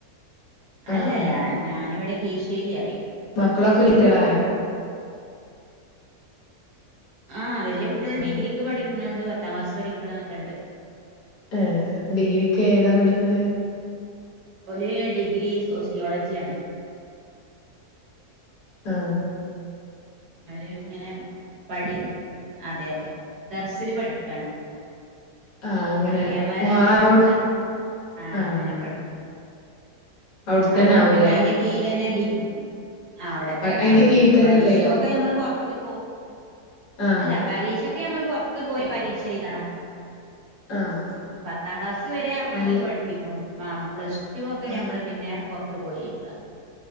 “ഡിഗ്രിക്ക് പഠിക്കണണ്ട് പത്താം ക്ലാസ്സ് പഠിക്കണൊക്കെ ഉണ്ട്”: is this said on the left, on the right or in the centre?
Right